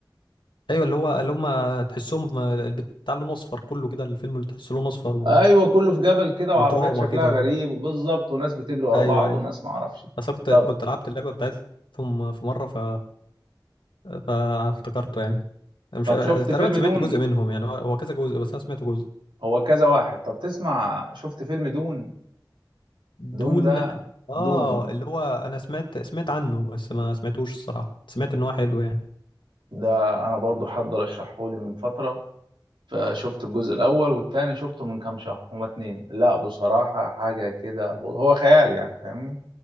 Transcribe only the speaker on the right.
ايوه كله في جبل كده وعربيات
شكلها
غريب
بالظبط وناس بتجري ورا
بعض
وناس ما اعرفش
طب
طب شفت
فيلم
دون
هو كذا واحد طب تسمع شفت فيلم دون دون
ده
دون
ده انا برضو حد رشحهولي من فترة فشفت الجزء الاول والتاني شفته من كام شهر هما اتنين لا بصراحة حاجة كده هو خيال يعني فاهمني